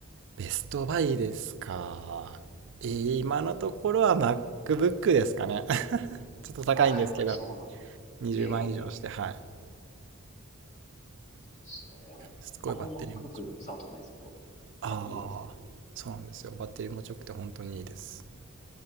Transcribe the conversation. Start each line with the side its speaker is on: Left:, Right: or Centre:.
Right: ベストバイですか。えー今のところは MacBook ですかね。<laughs> ちょっと高いんですけど、
Left: ああ、やっぱりそうなんだ。
Right: 20万以上して、
Left: え
Right: はい。
Left: え。いいですね。
Right: すごいバッテリー持ち。
Left: あ、あんま MacBook 触っとないですけど。
Right: ああ、
Left: あ、いいんですね。
Right: そうなんですよ。バッテリー持ちよくて本当にいいです。